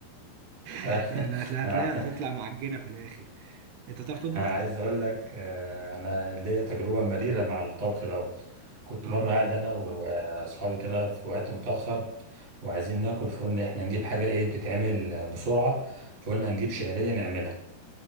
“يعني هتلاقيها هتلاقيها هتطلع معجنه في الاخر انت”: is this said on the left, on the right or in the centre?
Right